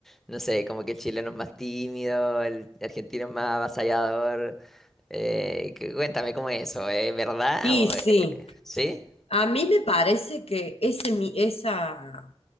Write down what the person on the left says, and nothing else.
Y
sí,
a mí me parece que ese, mi- esa,